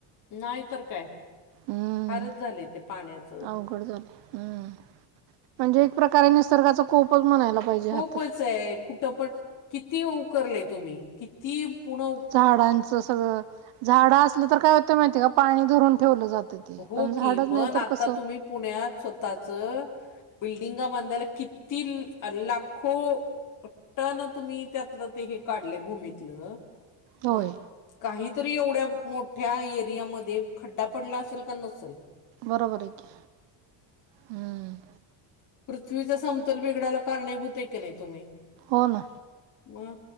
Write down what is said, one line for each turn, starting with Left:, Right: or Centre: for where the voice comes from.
Left: नाय तर काय
Right: हम्म
Left: फारच झालंय ते पाण्यात
Right: अवघड झाले हम्म म्हणजे एक प्रकारे निसर्गाचा कोपच म्हणायला पाहिजे
Left: खूपच
Right: हा तर
Left: आहे कुठं पण किती उकरलय तुम्ही किती पुण
Right: झाडांचं सगळं झाडं असलं तर काय होतं माहितीय का पाणी धरून ठेवलं जातं. ते
Left: हो
Right: पण झाडच
Left: की
Right: नाही
Left: पण
Right: तर
Left: आता
Right: कसं
Left: तुम्ही पुण्यात स्वतःच बिल्डिंगा बांधायला किती लाखो पट्टन तुम्ही त्यातलं ते हे काढलय भूमीतलं
Right: होय
Left: अ काहीतरी एवढ्या मोठ्या एरियामध्ये खड्डा पडला असल. पण नसल.
Right: बरोबरये की हम्म
Left: पृथ्वीचा समतोल बिघडायला कारणीभूत आहे की नाय तुम्ही
Right: हो ना
Left: मग